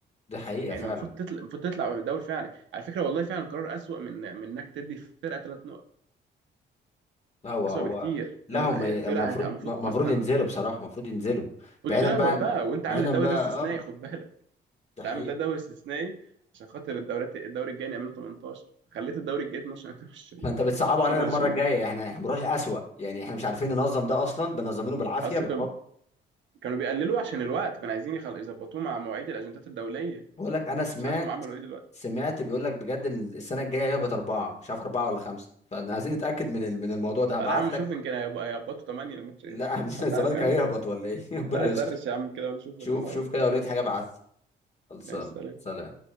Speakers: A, on the left; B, on the right.
A: دي حقيقة
B: يعني
A: فعلا
B: المفروض تطلع المفروض تطلع من الدوري فعلا على فكره والله فعلا قرار اسوأ من من انك تدي فرقه ثلاث نقط
A: لا هو
B: اسوأ
A: هو
B: بكتير
A: لا
B: ان
A: هم
B: ت-
A: المفروض
B: فرقه هتبقى المفروض
A: المفروض
B: اصلا
A: ينزلوا بصراحة المفروض ينزلوا
B: المفروض
A: بعيدا
B: تهبط
A: بقى عن-
B: بقى وانت
A: بعيدا
B: عامل الدوري
A: بقى
B: ده استثنائي
A: اه
B: خد بالك
A: ده
B: انت
A: حقيقي
B: عامل ده دوري استثنائي عشان خاطر الدوريات الدوري الجاي يعملوا 18 خليت الدوري الجاي 12 22
A: فانت بتصعبوا
B: 22
A: علينا المرة الجاية احنا احنا بنروح الأسوأ يعني احنا مش عارفين ننظم ده اصلا بنظمينه بالعافية
B: اصلا
A: بالحب
B: كانوا بيقللوا عشان الوقت كانوا عايزين يخل... يظبطوه مع مواعيد الاجندات الدوليه
A: بقول لك انا سمعت
B: مش عارف هم عملوا ايه دلوقتي
A: سمعت بيقول لك بجد ان السنة الجاية هيهبط أربعة مش عارف أربعة ولا خمسة فاحنا عايزين نتأكد من ال- من الموضوع ده هبعت
B: تعالى يا عم نشوف
A: لك
B: يمكن هيبقى- هيظبطوا 8 الماتشين
A: لا
B: <laughs>
A: <laughs> الزمالك
B: حد عارف يعملوا
A: هيهبط
B: ايه
A: ولا ايه <laughs> ربنا
B: انا
A: يستر
B: هسرش يا عم كده ونشوف
A: شوف
B: الحوار
A: شوف
B: ده
A: كده لو لقيت حاجة ابعت لي. خلصان
B: ماشي سلام
A: سلام